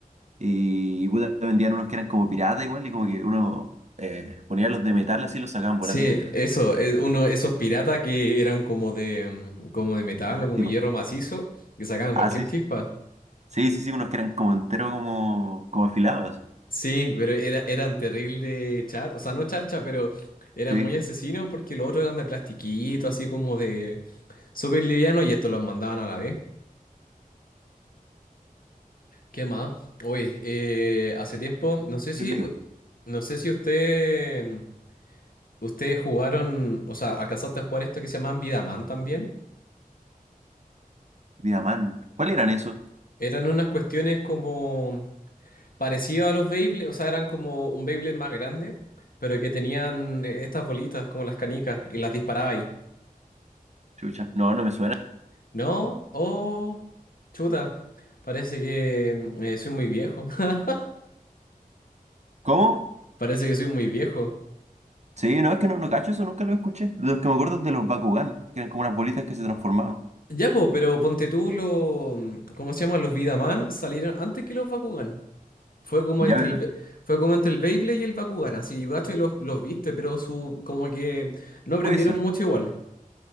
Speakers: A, on the right; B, on the left.
A: y puta, vendían unos que eran como piratas igual y como que uno eh, ponía los de metal así y los sacaban volando.
B: Sí, eso, es uno, de esos piratas que eran como de, mm, como de metal
A: de
B: o como hierro macizo, que sacaban cualquier
A: Ah, sí,
B: chispa.
A: sí, sí, sí, unos que eran como entero como, como afilados así.
B: Sí, pero era, eran terrible de char, o sea, no charcha, pero eran
A: Sí,
B: muy asesinos porque los otros eran de plastiquito, así como de súper liviano, y estos los mandaban a la vez. ¿Qué más? Oye, eh, hace tiempo, no sé si,
A: Blade Blade,
B: no sé si usted, ustedes jugaron, o sea, alcanzaste a jugar esto que se llamaban Vidaman también.
A: Vida man. ¿Cuáles eran esos?
B: Eran unas cuestiones como parecido a los Beyblade, o sea, eran como un Beyblade más grande, pero que tenían eh, estas bolitas como las canicas y las disparaba ahí.
A: Chucha, no, no me suena.
B: ¿No? Oh, chuta, parece que eh, soy muy viejo. <laughs>
A: ¿Cómo?
B: Parece que soy muy viejo.
A: Sí, no, es que no, no cacho eso, nunca lo escuché. Los que me acuerdo es de los Bakugan, que eran como unas bolitas que se transformaban.
B: Ya, po, pero ponte tú los. ¿Cómo se llaman Los Vidaman salieron antes que los Bakugan. Fue como
A: Ya,
B: entre
A: pero
B: el, Be- fue como entre el Beyblade y el Bakugan. Así yo cacho que los, los viste, pero su, como que no aprendieron
A: puede ser,
B: mucho igual.